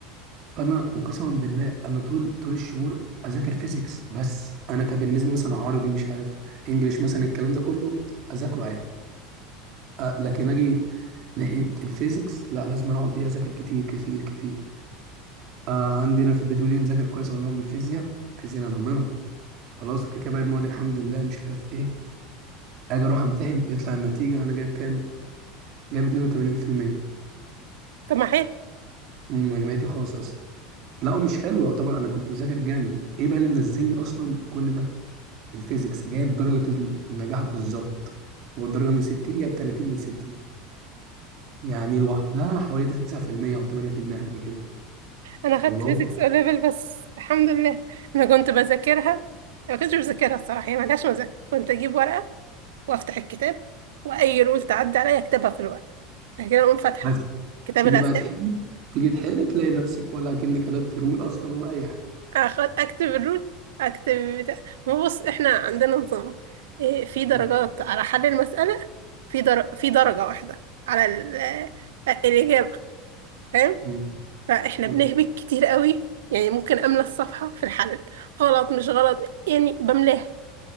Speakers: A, on the right (about 55°); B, on the right (about 80°).
A: فانا وقسما بالله انا طول طول الشهور اذاكر فيزيكس بس انا كان بالنسبه مثلا عربي مش عارف انجليش مثلا الكلام ده كله اذاكره عادي أه لكن اجي ناحيه الفيزيكس لا لازم أنا اقعد ايه اذاكر كتير كتير كتير أه عندنا في البيت يقول لي مذاكر كويس اقول لهم الفيزياء الفيزياء انا ضامنها خلاص وكده كده بقى المواد الحمد لله مش عارف ايه اجي اروح امتحن يطلع النتيجه انا جايب كام جايب 82%
B: طب ما حلو
A: مم، جامعتي خاص اصلا لا هو مش حلو يعتبر انا كنت بذاكر جامد ايه بقى اللي منزلني اصلا كل ده الفيزيكس جايب درجة النجاح بالظبط والدرجة من 60 جايب 30 من 60 يعني لوحدها حوالي 9% او 8% حاجة كده
B: انا خدت
A: فاللي
B: فيزيكس
A: هو
B: او ليفل بس الحمد لله انا كنت بذاكرها ما كنتش بذاكرها الصراحه هي ملهاش مذاكره كنت اجيب ورقه وافتح الكتاب واي رول تعدي عليا اكتبها في الورقه بعد كده اقوم فاتحه
A: بس
B: كتاب
A: تيجي
B: الاسئله
A: بقى تحل تيجي تحل تلاقي نفسك ولا كأنك كتبت رول اصلا ولا اي حاجة
B: اخد اكتب الرول اكتب بتاع ما هو بص احنا عندنا نظام إيه، في درجات
A: م-
B: على حل المساله في در... في درجه واحده على ال... الاجابه فاهم
A: م-
B: فاحنا
A: م-
B: بنهبط كتير قوي يعني ممكن املى الصفحه في الحل غلط مش غلط يعني بملاها